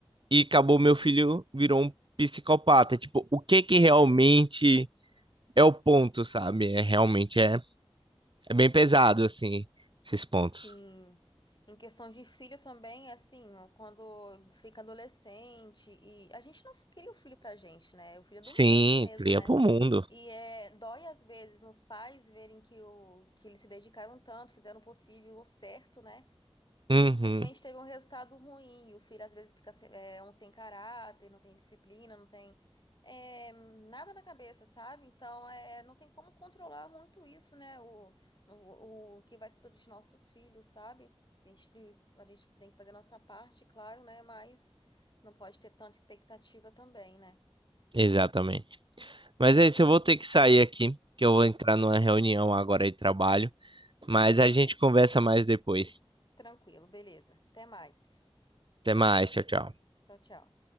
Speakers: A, on the right; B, on the left.
A: e acabou meu filho virou um psicopata. Tipo, o que que realmente é o ponto, sabe? É realmente é, é bem pesado assim esses pontos.
B: Sim. Em questão de filho também, assim, ó, quando fica adolescente e a gente não cria o filho pra gente, né? O filho é do
A: Sim,
B: mundo mesmo,
A: cria
B: né?
A: pro mundo.
B: E é, dói às vezes nos pais verem que, o, que eles se dedicaram tanto, fizeram o possível, o certo, né? E
A: Uhum,
B: infelizmente teve um resultado ruim. E O filho às vezes fica se- é, um sem caráter, não tem disciplina, não tem é, nada na cabeça, sabe? Então é, não tem como controlar muito isso, né? O, o, o que vai ser dos nossos filhos, sabe? A gente, a gente tem que fazer a nossa parte, claro, né? Mas não pode ter tanta expectativa também, né?
A: exatamente. Mas é isso, eu vou ter que sair aqui, que eu vou entrar numa reunião agora de trabalho, mas a gente conversa mais depois.
B: Tranquilo, beleza. Até mais.
A: Até mais, tchau, tchau.
B: Tchau, tchau.